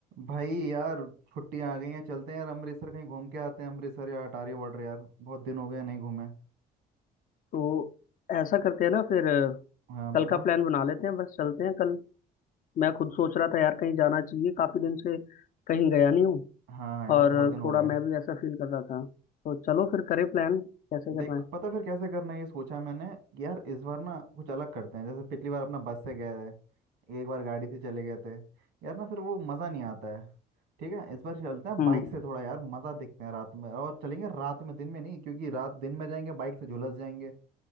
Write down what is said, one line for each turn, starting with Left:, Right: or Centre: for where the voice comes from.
Right: भाई यार छुट्टियां आ गई हैं चलते हैं यार अमृतसर कहीं घूम के आते हैं अमृतसर या अटारी बॉर्डर यार बहुत दिन हो गए नहीं घूमे
Left: तो ऐसा करते हैं ना फिर अ,
Right: हाँ
Left: कल
Right: बता
Left: का प्लान बना लेते हैं बस चलते हैं कल मैं खुद सोच रहा था यार कहीं जाना चाहिए काफी दिन से कहीं गया नहीं हूँ
Right: हाँ यार
Left: और
Right: बहुत दिन हो
Left: थोड़ा
Right: गए
Left: मैं भी ऐसा फील कर रहा था तो चलो फिर करें प्लान कैसे
Right: देख
Left: करना है
Right: पता फिर कैसे करना है ये सोचा मैंने कि यार इस बार ना कुछ अलग करते हैं जैसे पिछली बार अपना बस से गए थे एक बार गाड़ी से चले गए थे यार ना फिर वो मज़ा नहीं आता है ठीक है इस बार चलते हैं
Left: हम्म
Right: बाइक से थोड़ा यार मज़ा देखते हैं रात में और चलेंगे रात में दिन में नहीं क्योंकि रात दिन में जाएंगे बाइक से झुलस जाएंगे